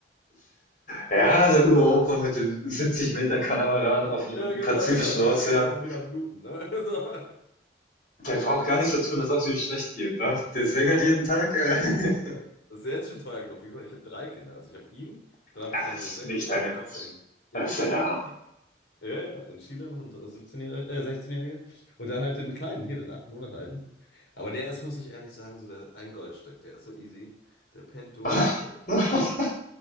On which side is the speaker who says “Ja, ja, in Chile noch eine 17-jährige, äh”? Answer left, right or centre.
Left